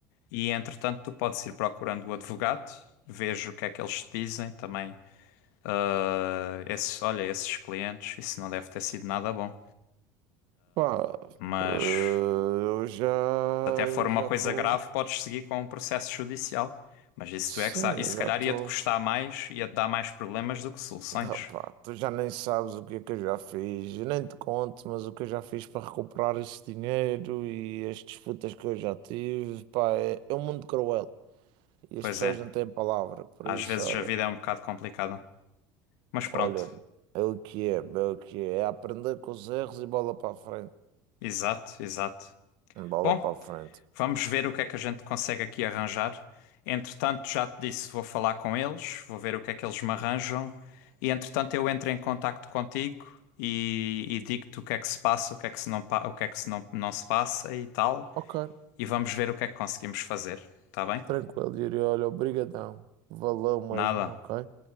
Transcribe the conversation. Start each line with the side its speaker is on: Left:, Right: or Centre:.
Left: e entretanto tu podes ir procurando o advogado, vejo o que é que eles te dizem também. Eh, esses, olha, esses clientes, isso não deve ter sido nada bom,
Right: Pá,
Left: mas
Right: eh,
Left: se
Right: eu já.
Left: até for
Right: Eu
Left: uma
Right: já
Left: coisa
Right: estou.
Left: grave, podes seguir com um processo judicial. Mas isso
Right: Sim,
Left: tu é que sabe. Isso
Right: eu
Left: se
Right: já
Left: calhar
Right: estou.
Left: ia-te custar mais, ia-te dar mais problemas do que soluções.
Right: Ah, Pá, tu já nem sabes o que é que eu já fiz. Eu nem te conto, mas o que eu já fiz para recuperar esse dinheiro e as disputas que eu já tive, pá, é, é um mundo cruel. E
Left: Pois
Right: as pessoas
Left: é,
Right: não têm palavra, por
Left: às
Right: isso,
Left: vezes
Right: olha,
Left: a vida é um bocado complicada. Mas pronto,
Right: olha, é o que é, é o que é, é aprender com os erros e bola para a frente,
Left: exato, exato.
Right: bola
Left: Bom,
Right: para a frente.
Left: Vamos ver o que é que a gente consegue aqui arranjar. Entretanto, já te disse, vou falar com eles, vou ver o que é que eles me arranjam. E entretanto, eu entro em contacto contigo e, e digo-te o que é que se passa, o que é que se não, pa- o que é que se não, não se passa e tal.
Right: Ok,
Left: E vamos ver o que é que conseguimos fazer, tá bem?
Right: tranquilo, Yuri, olha, obrigadão, valeu mesmo,
Left: Nada,
Right: ok?